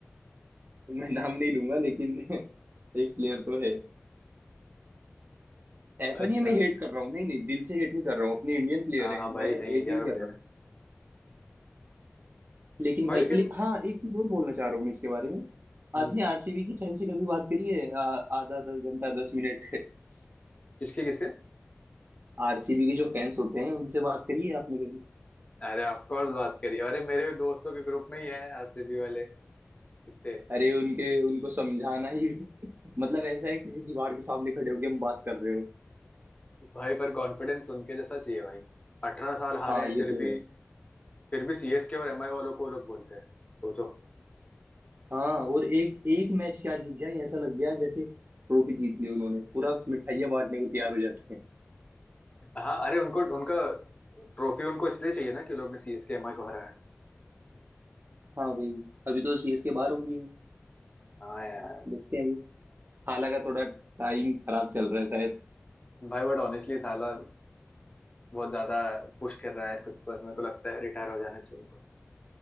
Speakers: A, on the right (about 50°); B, on the left (about 30°).
A: मैं नाम नहीं लूंगा लेकिन <laughs> एक प्लेयर तो है ऐसा
B: अच्छा
A: नहीं है मैं हेट कर रहा हूँ नहीं नहीं दिल से हेट नहीं कर रहा हूँ अपने इंडियन प्लेयर
B: हाँ
A: है
B: हाँ भाई
A: मैं
B: नहीं
A: हेट
B: इंडिया
A: नहीं
B: का
A: कर
B: प्लेयर
A: रहा हूँ
B: है
A: लेकिन
B: भाई
A: भाई
B: लेकिन
A: ले, हाँ एक चीज और बोलना चाह रहा हूँ मैं इसके बारे में
B: हम्म,
A: आपने आरसीबी की फैन से कभी बात करी है आ- आधा दस घंटा दस मिनट
B: किसके किसके
A: <laughs> आरसीबी के जो फैंस होते हैं उनसे बात करी है आपने
B: अरे ऑफ कोर्स बात करिए अरे मेरे दोस्तों के ग्रुप में ही है आरसीबी वाले कितने
A: अरे उनके उनको समझाना ही <laughs> मतलब ऐसा है किसी दीवार के सामने खड़े होके हम बात कर रहे हो
B: भाई पर कॉन्फिडेंस उनके जैसा चाहिए भाई अठारह साल हारे
A: हाँ ये
B: फिर
A: तो
B: भी
A: है
B: फिर भी सीएसके और एमआई वालों को लोग बोलते हैं सोचो
A: हाँ और एक एक मैच क्या जीत जाए ऐसा लग गया जैसे ट्रॉफी जीत ली उन्होंने पूरा मिठाइयाँ बांटने को तैयार हो जाते हैं
B: हाँ अरे उनको उनका ट्रॉफी उनको इसलिए चाहिए ना कि लोग ने सीएसके एमआई को हराया
A: हाँ भाई अभी तो सीएसके बाहर हो गई है
B: हाँ यार
A: देखते हैं अभी हालांकि का थोड़ा टाइम खराब चल रहा है शायद
B: भाई बट ऑनेस्टली थाला बहुत ज्यादा पुश कर रहा है खुद को इसमें को लगता है रिटायर हो जाना चाहिए उनको